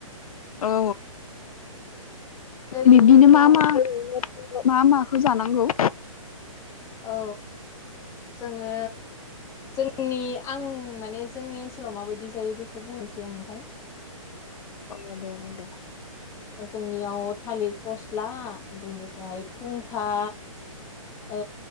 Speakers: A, on the left; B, on the left.
A: औ
B: ओरैनोथ'
A: बिब्दिनो
B: औ
A: मा मा मा माखौ जानांगौ।
B: औ जोङो जोंनि आं माने जोंनि ओनसोलाव माबायदि जायो बेखौ बुंनोसै आं नोंथां
A: अ दे बुं दे
B: जोंनियाव थालिर फस्ला बेनिफ्राय खुंखा आ